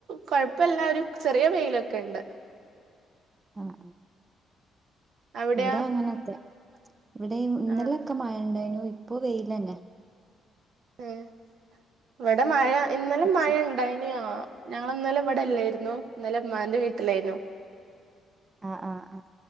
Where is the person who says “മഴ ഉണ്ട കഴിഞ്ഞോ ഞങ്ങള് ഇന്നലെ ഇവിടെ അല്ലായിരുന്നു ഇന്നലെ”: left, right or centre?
Right